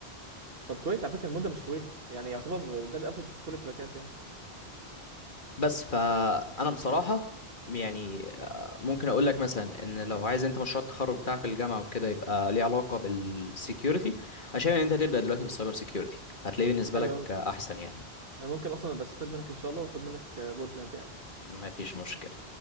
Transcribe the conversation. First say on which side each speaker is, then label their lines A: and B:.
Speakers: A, on the right; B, on the left.
A: طب كويس على فكره المده مش طويله يعني يعتبر ده الافرج في كل التباكات يعني
B: بس فانا بصراحه يعني آه، ممكن اقول لك مثلا ان لو عايز انت مشروع التخرج بتاعك في الجامعه وكده يبقى ليه علاقه بالسكيورتي انا شايف ان انت تبدا دلوقتي بالسايبر سكيورتي هتلاقيه بالنسبه
A: حلو
B: لك
A: قوي
B: آه، احسن يعني
A: انا ممكن اصلا ابقى استفاد منك ان شاء الله واخد منك رود ماب يعني
B: ما فيش مشكله